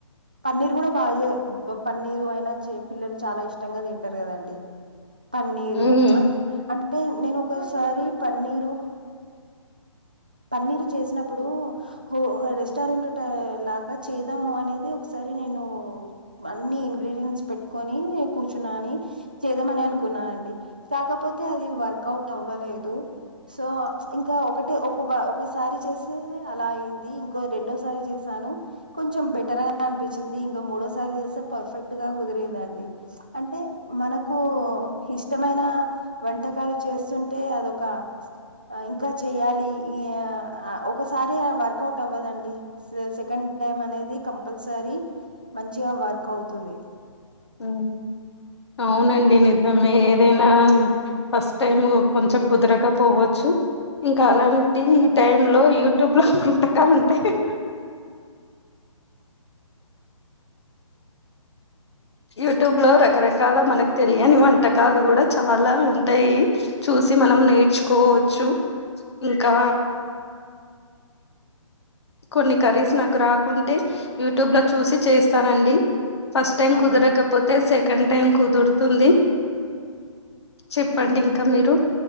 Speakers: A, on the right (about 15°); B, on the left (about 55°).
A: పన్నీరు గూడ బాగ జే పన్నీరు అయిన చే పిల్ ల్లలు చాలా ఇష్టంగా తింటరు కదండి పన్నీరు
B: ఉమ్
A: అ అంటే నేను ఒకసారి పన్నీరు పన్నీరు చేసినప్పుడు హో రెస్టారెంట్ టై లాగా చేద్దాము అనేది ఒకసార్ అది నేను అన్ని ఇంగ్రీడియంట్స్ పెట్టుకొని కూర్చున్నాని చేదామని అనుకున్నా కాకపోతే అది వర్క్ అవుట్ అవ్వలేదు సో ఇంకా ఒకటే ఒక్ వ ఒకసారి చేస్తే అలా అయింది ఇంకో రెండోసారి చేసాను కొంచెం బెటర్ గా అన్ అనిపించింది ఇంకా మూడోసారి చేస్తే పర్ఫెక్ట్ గా కుదిరందండి అంటే మనకు ఇష్టమైన వంటకాలు చేస్తుంటే అదొకా ఇంకా చెయ్యాలి ఇ యా అ ఒకసారి వర్కౌట్ అవ్వదండి సెకండ్ టైమ్ అనేది కంపల్సరీ మంచిగా వర్క్ అవుతుది
B: ఉమ్ అవునండి నిజమే ఏ దైనా ఫస్ట్ టైం కొంచెం కుదరక పోవచ్చు ఇంక అలాంటి టైమ్ లో యూట్యూబ్ లో వంటకాలుంటయ్ గద యూట్యూబ్ లో రకరకాల మనకు తెలియని వంటకాలు గుడ చాలా ఉంటయి చూసి మన్ నం నేర్చుకోవచ్చు ఇంకా కొన్ని కర్రీస్ నాకు రాకుంటే యూట్యూబ్ లో చూసి చేస్తానండి ఫస్ట్ టైం
A: అవునండి
B: కుదరకపోతే సెకండ్ టైం కుదురుతుంది చెప్పండి
A: అవునా
B: ఇంక మీరు